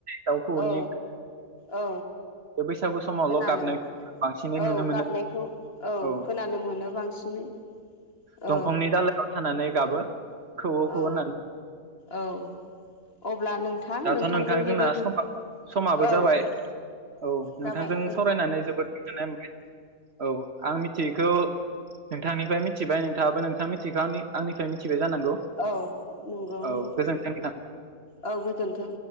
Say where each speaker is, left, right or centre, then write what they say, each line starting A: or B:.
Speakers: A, on the right; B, on the left.
A: दाउखौऔनि
B: औ औ
A: बे बैसागु समावल'
B: खोनानो
A: गाबनायखौ बांसिनै
B: औ
A: नुनो मोनो।
B: गाबनायखौ
A: औ
B: खोनानो मोनो बांसिनै
A: दंफांनि
B: औ
A: दालायाव थानानै गाबो। खौवौ खौवौ
B: औ
A: होननानै
B: औ अब अब्ला नोंथां
A: दाथ'
B: नोंथांजों
A: नोंथां जोंना
B: बेबायदि
A: समा समाबो
B: औ
A: जाबाय औ नोंथांजों
B: जाबाय औ
A: सावरायनानै जोबोद गोजोननाय औ आं मिथियैखौ नोंथांनिफ्राय मिथिबाय नोंथाङाबो नोंथां मिथिगौ आंनि आंनिफ्राय मिथिबाय जानांगौ
B: औ नंगौ
A: औ
B: नोंथां
A: गोजोन्थों
B: औ गोजोनथों।